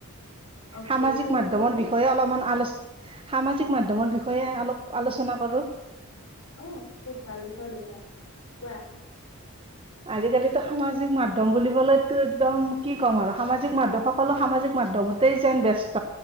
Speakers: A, on the left (about 80°); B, on the right (about 25°).
A: অকে
B: সামাজিক
A: কোনটো
B: মাধ্যমৰ
A: টপিক?
B: বিষয়ে অলপমান আলোচ সামাজিক মাধ্যমৰ বিষয়ে অলপ আলোচনা কৰোঁ।
A: অ' বহুত ভাল বিষয় লৈছা কোৱা।
B: আজিকালি সামাজিক মাধ্যম বুলি বলো একদম কি ক'ম আৰু সামাজিক মাধ্যমসকলো সামাজিক মাধ্যমতে যেন ব্যস্ত